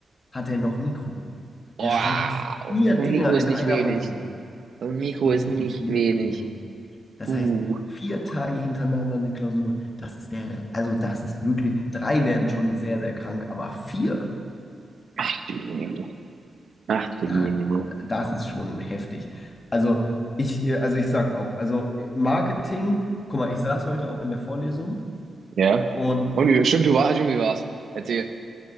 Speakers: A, on the left (about 40°); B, on the right (about 65°).
A: hat er noch Mikro.
B: Wow.
A: Der schreibt vier
B: Und
A: Dinger
B: Mikro ist
A: in
B: nicht
A: einer
B: wenig.
A: Woche.
B: Und Mikro
A: Mikro
B: ist nicht
A: ist nicht,
B: wenig.
A: nee, nee. Das
B: Uh,
A: heißt, vier Tage hintereinander eine Klausur. Das ist der, also das ist wirklich, drei werden schon sehr, sehr krank, aber vier,
B: ach du Jemine. Ach du
A: da,
B: Jemine.
A: das ist schon heftig. Also ich, äh, also ich sag auch, also äh, Marketing, guck mal, ich saß heute auch in der Vorlesung.
B: Ja.
A: Und
B: Und wie, stimmt, du warst, stimmt, du warst. Erzähl.